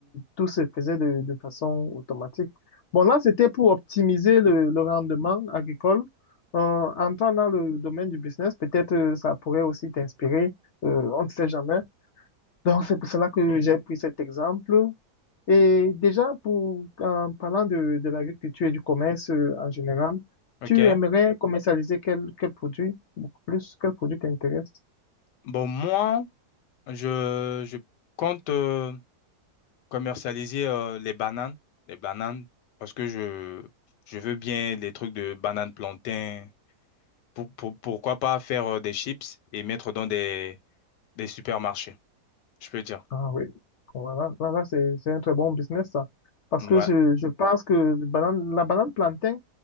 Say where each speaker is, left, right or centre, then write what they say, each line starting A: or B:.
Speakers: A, on the left; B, on the left.
A: tout se faisait de, de façon automatique. Bon, là, c'était pour optimiser le, le rendement agricole. Euh, entrant dans le domaine du business, peut-être euh, ça pourrait aussi t'inspirer. Euh, on ne sait jamais. Donc, c'est pour cela que j'ai pris cet exemple. Et déjà, pour, en parlant de, de l'agriculture et du commerce euh, en général,
B: OK?
A: tu aimerais commercialiser quel, quel produit, beaucoup plus, quel produit t'intéresse?
B: Bon, moi, je, je compte. euh, commercialiser euh, les bananes, les bananes, parce que je, je veux bien les trucs de bananes plantain. Pour, pour- pourquoi pas faire euh, des chips et mettre dans des, des supermarchés, je peux dire.
A: Ah oui, voilà, voilà, c'est, c'est un très bon business, ça. Parce
B: Ouais.
A: que je, je pense que le banane- la banane plantain